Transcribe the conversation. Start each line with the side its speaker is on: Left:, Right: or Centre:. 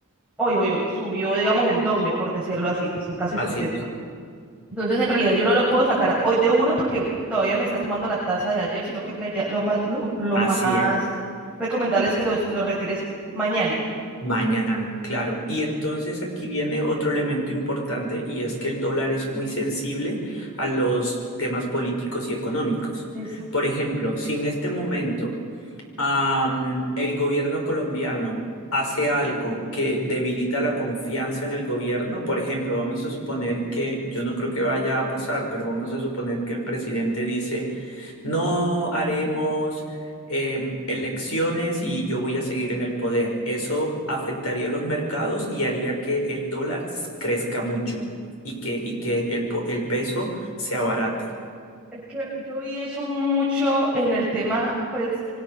Centre: hoy, hoy, hoy, subió, digamos, el doble, por decirlo así, pues un caso
Left: así
Centre: hipotético.
Left: es.
Centre: Entonces, en realidad, yo no lo puedo sacar hoy de una porque todavía me está tomando la tasa de ayer, sino que la idea, lo más, lo, lo
Left: Así
Centre: más
Left: es.
Centre: recomendable es que los, los retires mañana.
Left: Mañana, claro. Y entonces aquí viene otro elemento importante y es que el dólar es muy sensible a los temas políticos y económicos.
Centre: Exacto.
Left: Por ejemplo, si en este momento am, el gobierno colombiano hace algo que debilita la confianza en el gobierno, por ejemplo, vamos a suponer que, yo no creo que vaya a pasar, pero vamos a suponer que el presidente dice no haremos em, elecciones y yo voy a seguir en el poder. Eso afectaría los mercados y haría que el dólar s- crezca mucho y que, y que el, po- el peso se abarate.
Centre: Es que yo vi eso mucho en el tema, pues,